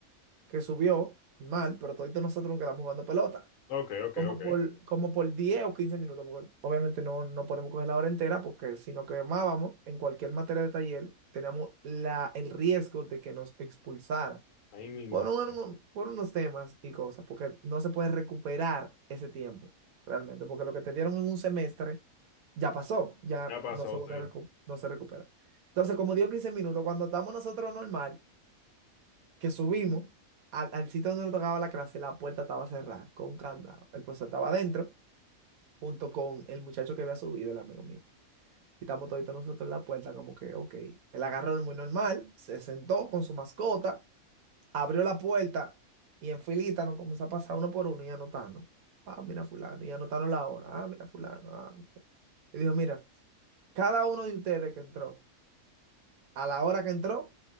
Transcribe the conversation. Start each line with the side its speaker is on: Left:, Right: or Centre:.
Right: que subió, normal, pero todos nosotros nos quedamos jugando pelota.
Left: ok, ok,
Right: Como
Left: ok.
Right: por, como por 10 o 15 minutos, porque obviamente no, no podemos coger la hora entera, porque si nos quemábamos en cualquier materia de taller, teníamos la, el riesgo de que nos expulsaran
Left: Ay, mi madre.
Right: por, un- por unos temas y cosas, porque no se puede recuperar ese tiempo realmente, porque lo que te dieron en un semestre ya pasó, ya
Left: Ya pasó,
Right: no se vuelve
Left: sí.
Right: a recu- no se recupera. Entonces, como digo 15 minutos, cuando estamos nosotros normal, que subimos al, al sitio donde nos tocaba la clase, la puerta estaba cerrada, con candado. El profesor estaba adentro, junto con el muchacho que había subido, el amigo mío. Y estamos toditos nosotros en la puerta, como que, ok. Él agarró muy normal, se sentó con su mascota abrió la puerta y en filita nos comenzó a pasar uno por uno y anotando. Ah, mira fulano, y anotaron la hora. Ah, mira fulano. Ah. mira. Y dijo, mira, cada uno de ustedes que entró, a la hora que entró,